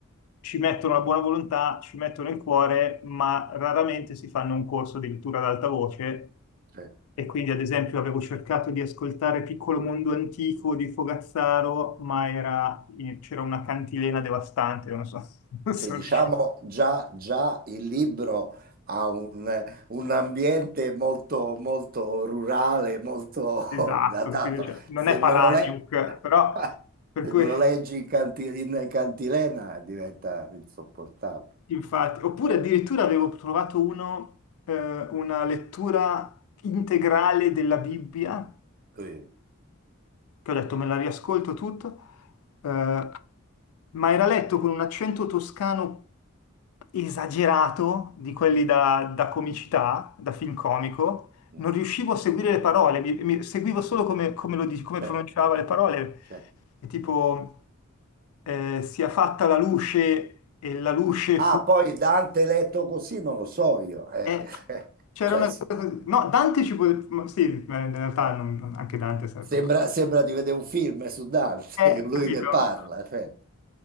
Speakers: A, on the left; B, on the right.
A: ci mettono la buona volontà, ci mettono il cuore, ma raramente si fanno un corso di lettura ad alta voce.
B: sì.
A: E quindi, ad esempio, avevo cercato di ascoltare Piccolo Mondo Antico di Fogazzaro, ma era- c'era una cantilena devastante, non so, <laughs> non so
B: che diciamo
A: riuscito.
B: già, già il libro ha un, un ambiente molto, molto rurale, molto
A: Esatto,
B: <laughs> datato.
A: capito? Cioè, non
B: Se
A: è
B: me
A: Palahniuk,
B: lo, le-
A: però
B: <laughs>
A: per
B: se
A: cui
B: me lo leggi in, canti- in cantilena diventa insopportabile.
A: Infatti, oppure addirittura avevo trovato uno, eh, una lettura integrale della Bibbia,
B: Eh,
A: che ho detto me la riascolto tutto, eh, ma era letto con un accento toscano esagerato, di quelli
B: mm,
A: da, da comicità, da film
B: mm,
A: comico,
B: mm,
A: non riuscivo a seguire le parole, mi- mi- seguivo solo come, come lo dice- come
B: certo,
A: pronunciava le parole,
B: certo.
A: e tipo eh, sia fatta la luce e la luce
B: Ah,
A: fu
B: poi Dante letto così non lo so io. eh.
A: Eh, c'era
B: Cioè,
A: una
B: s-
A: cosa così. No, Dante ci può... ma Sì, eh, in realtà non- anche Dante sarebbe
B: sembra,
A: un po'...
B: sembra di vedere un film eh, su Dante,
A: Eh,
B: <laughs> che lui
A: capito?
B: che parla, certo,